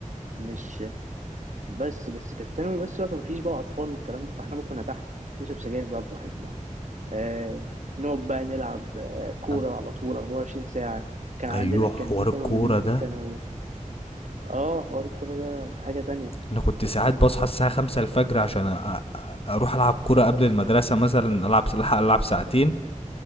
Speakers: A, on the right; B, on the left.
A: مش بس بس كانت ثانوي بس بقى فمفيش بقى اطفال والكلام ده فاحنا بقى كنا تحت نشرب سجاير بقى براحتنا آه نقعد بقى نلعب آه كوره
B: آه.
A: على طول 24 ساعه كان عندنا
B: ايوه
A: الكانتين
B: حوار
A: كانوا
B: الكورة
A: بيبي
B: ده
A: كانوا اه حوار الكوره ده حاجه تانية
B: انا كنت ساعات بصحى الساعه خمسة الفجر عشان أ- أ- اروح العب كوره قبل المدرسه مثلا العب الحق العب ساعتين